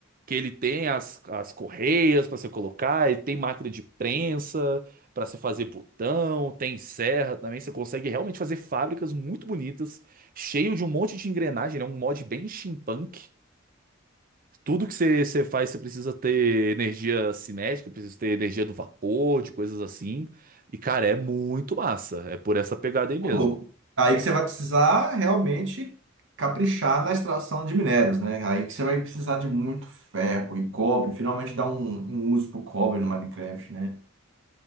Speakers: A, on the right; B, on the right.
A: que ele tem as, as correias para você colocar, ele tem máquina de prensa para você fazer botão, tem serra também. Você consegue realmente fazer fábricas muito bonitas, cheio de um monte de engrenagem. Ele é um mod bem steampunk. Tudo que você, você faz, você precisa ter energia cinética, precisa ter energia do vapor, de coisas assim. E, cara, é muito massa. É por essa pegada aí
B: Ô,
A: mesmo.
B: louco. Aí que você vai precisar realmente caprichar na extração de minérios, né? Aí que você vai precisar de muito ferro e cobre. Finalmente dá um, um uso pro cobre no Minecraft, né?